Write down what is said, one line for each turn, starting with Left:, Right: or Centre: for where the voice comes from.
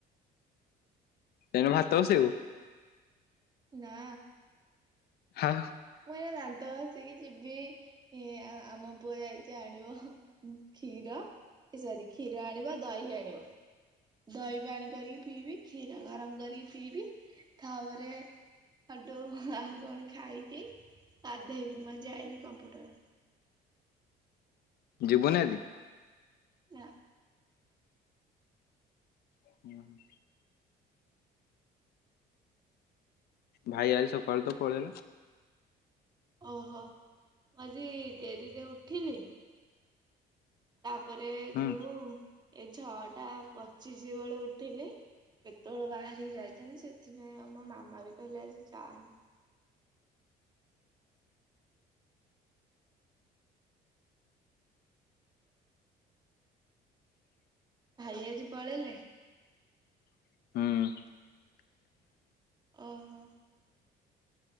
Left: ତେଣୁ ଭାତ ବସେଇବୁ।
Right: ନା।
Left: ହଁ।
Right: ମୁଁ ଏନା ଦାନ୍ତ ଘଷିକି ଯିବି। ଏ ଆ ଆମ ପୁଅ ଯାଇଛି ଆଣିବ କ୍ଷୀର। ଏ ସରି କ୍ଷୀର ଆଣିବ ଦହି ଆଣିବ। ଦହି ପାଣି କରିକି ପିଇବି, କ୍ଷୀର ଗରମ କରିକି ପିଇବି ତାପରେ ହଡୁ ହଁଆଉ କଣ ଖାଇକି ଗଧେଇବି ମୁଁ ଯାଇନି କମ୍ପ୍ୟୁଟର।
Left: ଯିବୁନି ଆଜି?
Right: ଯା
Left: ହୁଁ ହୁଁ। ଭାଇ ଆଜି ସକାଳୁ ତ ପଳେଇଲା।
Right: ଓହୋ ମୁଁ ଆଜି ଡେରିରେ ଉଠିଲି। ତାପରେ
Left: ହୁଁ
Right: ଯୋଉ ଏ ଛଅ ଟା ପଚିଶ ବେଳେ ଉଠିଲି। କେତେବେଳ ବାହାରିକି ଯାଇଥାନ୍ତି, ସେଥିପାଇଁ ଆ ମାମା ବି କହିଲା ଆଜି ଯାଆନି। ଭାଇ ଆଜି ପଳେଇଲେ।
Left: ହୁଁ।
Right: ଓହୋ।